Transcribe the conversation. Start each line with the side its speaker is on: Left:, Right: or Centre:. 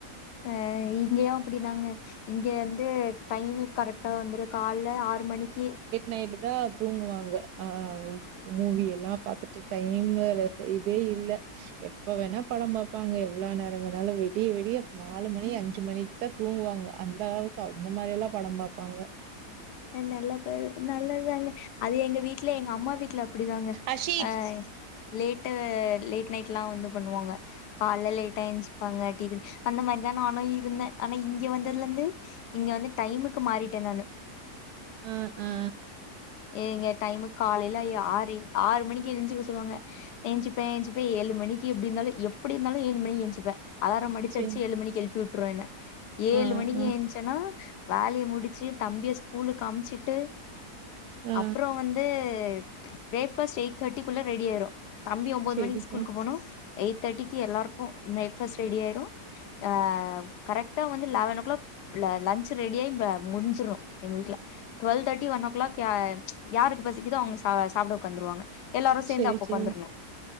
Left: அ இங்கயு அப்டிதாங்க இங்க வந்து டைமு கரெக்டா வந்துரு கால்ல ஆறு மணிக்கி
Right: நைட்டு தா தூங்குவாங்க ஆ வு மூவி எல்லா பாத்துட்டு டைமு வந்து இதே இல்ல எப்ப வேணா பட பாப்பாங்க எவ்ளோ நேர வேணாலு வெடிய வெடிய நாலு மணி அஞ்சு மணி க்கு தா தூங்குவாங்க அந்த அளவுக்கு அவ் அந்த மாரி எல்லா படோ பாப்பாங்க
Left: அ நல்ல பகு நல்லதுதாங்க அது எங்க வீட்ல எங்க அம்மா வீட்ல அப்டிதாங்க
Right: அஷித்.
Left: அ ய் லேட்டு லேட் நைட் ல்லா வந்து பண்ணுவாங்க கால்ல லேட்டா ஏஞ்ச்சுப்பாங்க டீ குடி அந்த மாரிதா நானு இருந்தே ஆனா இங்க வந்ததுல இருந்து இங்க வந்து டைமுக்கு மாறிட்டே நானு
Right: ஆ ஆ
Left: இவங்க டைமு காலைல ஆறு ஆறு மணிக்கே எந்திச்சுக்க சொல்லுவாங்க எந்துச்சுப்ப எந்துச்சிட்டு ஏழு மணிக்கு எப்டி இருந்தாலு எப்டி இருந்தாலு ஏழு மணிக்கு எந்துச்சுப்ப அலாரம் அடிச்சு
Right: சரி.
Left: அடிச்சு ஏழு மணிக்கு எழுப்பி விட்ரு என்ன ஏழு
Right: ஆ,
Left: மணிக்கு
Right: ஆ,
Left: எந்துச்சி ட்டனா வேலைய முடிச்சு தம்பிய ஸ்கூலுக்கு அம்ச்சிட்டு
Right: ஆ.
Left: அப்றோ வந்து பிரேக்ஃபஸ்ட் எயிட் தேர்ட்டிக்குள்ள ரெடி ஆயிரு தம்பி ஒம்போது
Right: சரிங்க.
Left: மணிக்கு ஸ்கூலுக்கு போனு எயிட் தேர்டிக்கு எல்லாருக்கு பிரேக்ஃபஸ்ட் ரெடி ஆயிரு ஆ கரெக்ட்டா வந்து லெவன் ஓ கிளாக் ல லன்ச் ரெடியாகி வ முடிஞ்சிடு எங்க வீட்ல twelve thirty one o'clock யா யாருக்கு பசிக்குதோ அவங்க சா சாப்பிட ஒக்காந்துருவாங்க எல்லாரு சேந்து
Right: சரி,
Left: அப்ப
Right: சரி.
Left: ஒக்காந்துருணு